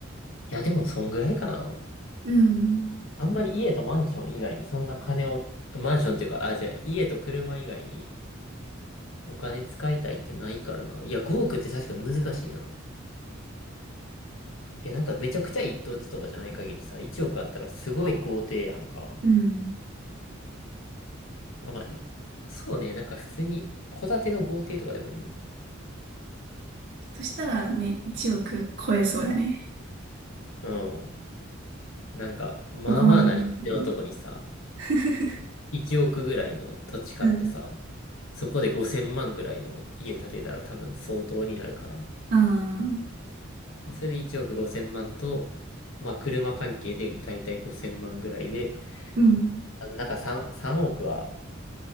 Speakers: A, on the left; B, on the right.
A: いや、でもそんぐらいかな。
B: うん。
A: あんまり家とマンション以外にそんな金を、マンションっていうか、あ、じゃあ家と車以外にお金使いたいってないからな。いや、5億って確かに難しいな。いや、なんかめちゃくちゃ一等地とかじゃない限りさ、1億あったらすごい豪邸やんか。
B: うん。
A: あ、まあ、いそうね、なんか普通に戸建ての豪邸とかでもいいな。
B: そしたらね、1億超えそうやね。
A: うん。なんか、まあまあな立地のとこにさ、
B: どこまででもいけるね。<laughs>
A: 1億ぐらいの土地買ってさ、
B: うん。
A: そこで5000万ぐらいの家建てたら多分相当になるから。
B: ああ、
A: でそれで1億5000万と、まあ車関係でだいたい5000万ぐらいで、
B: うん。
A: あなんか3、3億は、